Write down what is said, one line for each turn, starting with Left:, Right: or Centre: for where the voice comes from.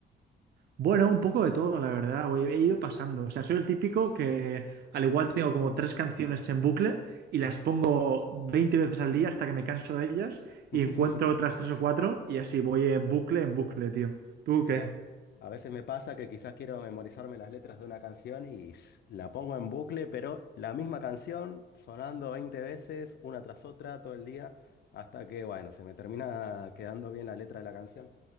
Right: Bueno, un poco de todo, la verdad. Voy- he ido pasando. O sea, soy el típico que al igual tengo como tres canciones en bucle y las pongo 20 veces al día hasta que me canso de ellas
Left: <laughs>
Right: y encuentro otras tres o cuatro y así voy en bucle, en bucle, tío. ¿Tú
Left: Sí,
Right: qué?
Left: a, a veces me pasa que quizás quiero memorizarme las letras de una canción y s- la pongo en bucle, pero la misma canción sonando 20 veces, una tras otra, todo el día, hasta que, bueno, se me termina quedando bien la letra de la canción.